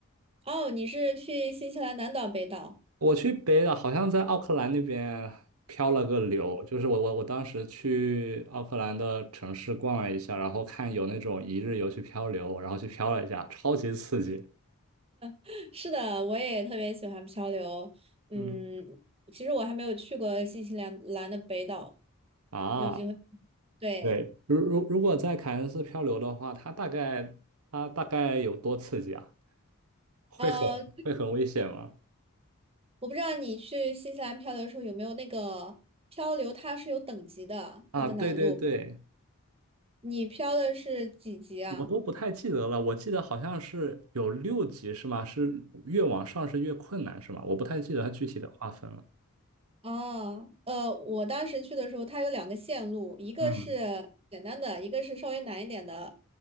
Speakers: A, on the right (about 25°); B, on the right (about 80°).
A: 哦，你是去新西兰南岛、北岛？
B: 我去北岛，好像在奥克兰那边漂了个流，就是我我我当时去奥克兰的城市逛了一下，然后看有那种一日游去漂流，然后去漂了一下，超级刺激。
A: <laughs> 是的，我也特别喜欢漂流。嗯，
B: 嗯，
A: 其实我还没有去过新西兰兰的北岛，
B: 啊。
A: 有机会。对，
B: 对，如如如果在凯恩斯漂流的话，它大概它大概有多刺激啊？会很会很危险吗？
A: 呃，我不知道你去新西兰漂流的时候有没有那个漂流，它是有等级的，
B: 啊，
A: 它的难度。
B: 对对对，
A: 你漂的是几级啊？
B: 我都不太记得了，我记得好像是有六级是吗？是越往上是越困难是吗？我不太记得它具体的划分了。
A: 哦，呃，我当时去的时候，它有两个线路，一个是简单的，
B: 嗯，
A: 一个是稍微难一点的。